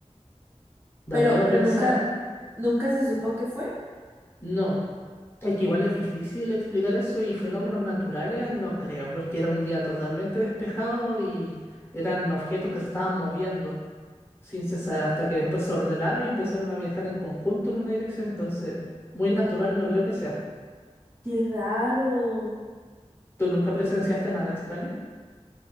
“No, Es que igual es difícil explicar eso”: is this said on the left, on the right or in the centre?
Left